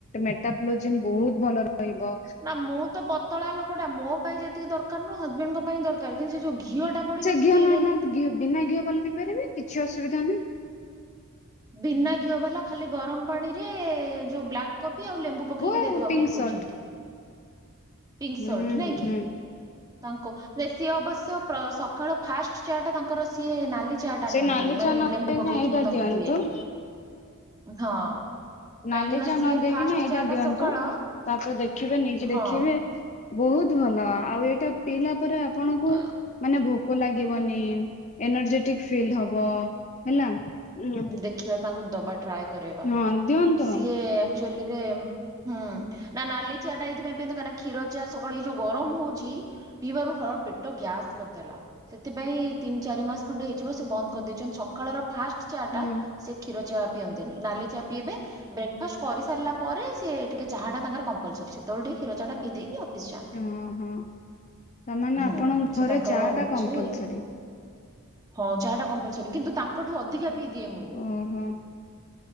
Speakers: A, on the left; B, on the right.
A: ମେଟାପଲୋଜି ବହୁତ ଭଲ ରହିବ।
B: ନା ମୁଁ ତ ପତଳା ଲୋକ ଟା ମୋ ପାଇଁ ଯେତିକି ଦରକାର ନୁହଁ ହଜବେଣ୍ଡଙ୍କ ପାଇଁ ଦରକାର। କିନ୍ତ ସେ ଯଉ ଘିଅ ଟା ପଡିବ
A: ଘିଅ
B: ସେ ପଇବେନି।
A: ନ ନ ଘିଅ ବିନା ଘିଅ ଭଲ ପିଇ ପାରିବେ କିଛି ଅସୁବିଧା ନୁହ।
B: ବିନା ଘିଅ ବାଲା ଖାଲି ଗରମ ପାଣିରେ ଯୋଉ ବ୍ଲାକ୍ କପି ଆଉ ଲେମ୍ବୁ ପକେଇକି
A: ଆଉ
B: ଦେଇଦବା
A: ପିଙ୍କ
B: ପାଇଁ କହୁଛନ୍ତି।
A: ସଲ୍ଟ
B: ପିଙ୍କ
A: ହୁଁ
B: ସଲ୍ଟ ନାଇଁ କି
A: ହୁଁ
B: ତାଙ୍କୁ ନା ସିଏ ଅବଶ୍ୟ ସକାଳ ଫାଷ୍ଟ ଚଟା ତାଙ୍କର ସିଏ ନାଲି ଚା ଟା
A: ସେ
B: ନିଅନ୍ତି
A: ନାଲି
B: ମାନେ
A: ଚାନ
B: ଲେମ୍ବୁ
A: ଏଇଟା
B: ପକେଇକି ମୁଁ ତାଙ୍କୁ
A: ଦିଅନ୍ତୁ।
B: ଦିଏ। ହଁ।
A: ନାଲି
B: କାହିଁକି ନା
A: ଚା ନ
B: ସିଏ
A: ଦେଇେଇକି
B: ଫାଷ୍ଟ
A: ନା ଏଇଟା
B: ଚା ଟା
A: ଦିଅନ୍ତୁ
B: ସକାଳ
A: ତାପରେ ଦେଖିବେ ନିଜେ
B: ହଁ।
A: ଦେଖିବେ ବହୁତ ଭଲ ଆଉ ଏଇଟା ପିଇଲା ପରେ ଆପଣଙ୍କୁ
B: ଅ
A: ମାନେ ଭୋକ ଲାଗିବନି ଏନର୍ଜେଟିକ ଫିଲ୍ ହବ ହେଲା। ଉଁ
B: ଦେଖିବା ତାଙ୍କୁ ଦବା ଟ୍ରାଏ କବା
A: ହଁ ଦିଅନ୍ତୁ
B: ସିଏ ଆକଚୁଲି ରେ ହୁଁ ନା ନାଲି ଚାିଆଟା ଏଇଥିପାଇଁ କାହିଁକି ନା କ୍ଷୀର ଚାିଆ ସକାୁଳେ ଯୋଉ ଗରମ ହଉଛି ପିଇବାରୁ ହଳ ପେଟ ଗ୍ୟାସ୍ କରିଦେଲା। ସେଥିପାଇଁ ତିନି ଚାରି ମାସ ଖଣ୍ଡେ ହେଇଯିବ ସେ ବନ୍ଦ କରିଦେଇଛନ୍ତି ସକାଳର ଫାଷ୍ଟ ଚା
A: ହୁଁ
B: ଟା ସେ କ୍ଷୀର ଚା ପିଅନ୍ତିନି ନାଲି ଚା ପିଇବେ। ବ୍ରେକ୍ଫାଷ୍ଟ କରିସାରିଲା ପରେ ସେ ଟିକେ ଚାହା ଟା ତାଙ୍କର କମ୍ପଲସରରି ସେତେବେଳେ ଟିକ କଷର ଚା ଟ ପିଇ ଦେଇକି ଆଉ। ଯାଆନ୍ତି।
A: ହଁ ହଁ ତାମାନେ
B: ହୁଁ
A: ଆପଣଙ୍କ
B: ସେ
A: ଘରେ
B: ତାଙ୍କର
A: ଚା
B: ହଉଛି
A: ଟା କମ୍ପଲସରୀ
B: ହଁ ଚା ଟା କମ୍ପଲସରୀ କିନ୍ତୁ ତାଙ୍କଠୁ ଅଧିକା ପିଇଦିଏ ମୁଁ।
A: ଓହୋ